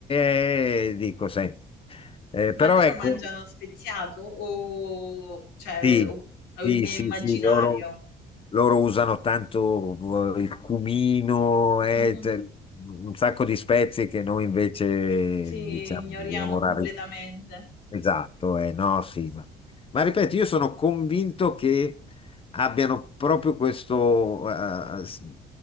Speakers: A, on the left; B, on the left.
A: eh, dico sempre. Eh,
B: Ma
A: però
B: loro
A: ecco,
B: mangiano speziato o cioè,
A: Sì,
B: o o
A: sì,
B: il mio
A: sì,
B: immaginario?
A: sì, loro, loro usano tanto eh, il cumino e
B: <laughs> Mh-mh.
A: te- un sacco di spezie che noi invece
B: Sì,
A: diciamo
B: ignoriamo
A: dobbiamo
B: completamente.
A: rari. Esatto, eh, no, sì, ma, ma ripeto, io sono convinto che abbiano proprio questo eh, s-